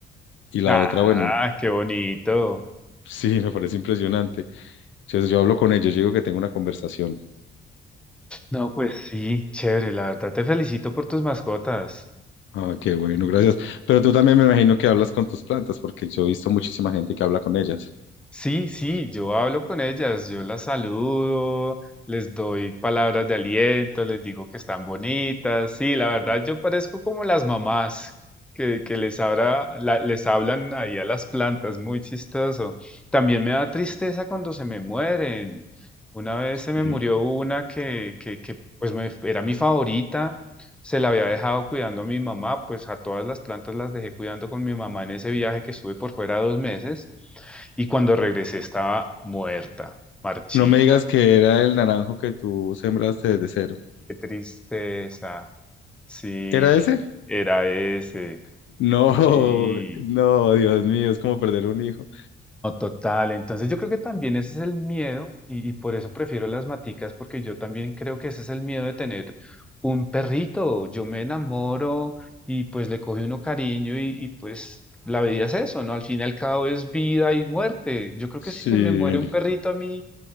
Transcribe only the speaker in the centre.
Ah,
qué bonito.
No, pues sí, chévere, la verdad te felicito por tus mascotas.
Sí, sí, yo hablo con ellas, yo las saludo, les doy palabras de aliento, les digo que están bonitas. Sí, la verdad yo parezco como las mamás que, que les habla- la- les hablan ahí a las plantas, muy chistoso. También me da tristeza cuando se me mueren. Una vez se me
murió una que, que, que pues me, era mi favorita, se la había dejado cuidando a mi mamá, pues a todas las plantas las dejé cuidando con mi mamá en ese viaje que estuve por fuera dos meses. Y cuando regresé estaba muerta, marchita.
Qué tristeza. Sí,
era ese.
Sí.
No, total. Entonces yo creo que también ese es el miedo y, y por eso prefiero las maticas porque yo también creo que ese es el miedo de tener un perrito. Yo me enamoro y pues le coge uno cariño y, y, pues la vida es eso, ¿no? Al fin y al cabo es vida y muerte. Yo creo
que si se me muere un perrito a mí,